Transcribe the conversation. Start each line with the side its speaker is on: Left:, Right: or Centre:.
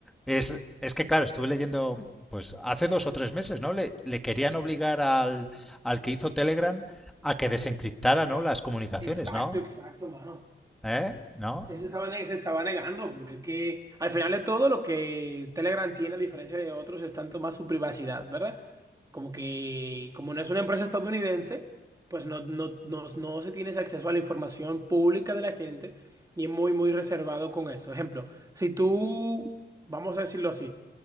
Centre: Es, es que, claro, estuve leyendo, pues hace dos o tres meses, ¿no? Le, le querían obligar al, al que hizo Telegram a que desencriptara, ¿no? Las comunicaciones,
Right: Exacto,
Centre: ¿no?
Right: exacto, mano.
Centre: ¿Eh? ¿No?
Right: Se estaba, ne- se estaba negando, porque es que al final de todo lo que Telegram tiene, a diferencia de otros, es tanto más su privacidad, ¿verdad? Como que, como no es una empresa estadounidense, pues no, no, no, no se tiene ese acceso a la información pública de la gente y es muy, muy reservado con eso. Ejemplo, si tú, vamos a decirlo así,